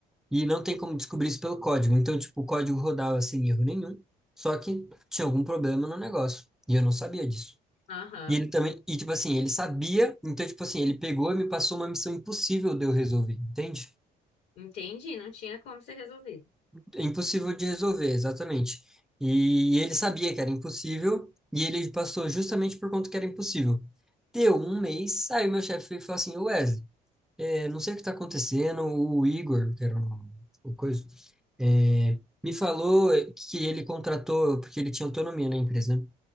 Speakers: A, in the centre; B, on the left.
A: E não tem como descobrir isso pelo código. Então, tipo, o código rodava sem erro nenhum, só que tinha algum problema no negócio. E eu não sabia disso.
B: Aham,
A: E ele também, e tipo assim, ele sabia, então, tipo assim, ele pegou e me passou uma missão impossível de eu resolver, entende?
B: entendi, não tinha como ser resolvido.
A: é impossível de resolver, exatamente. E, ele sabia que era impossível, e ele passou justamente por conta que era impossível. Deu um mês, aí meu chefe veio e falou assim, Wesley, é, não sei o que está acontecendo, o Igor, que era um- o coisa, é, me falou que ele contratou, porque ele tinha autonomia na empresa, né?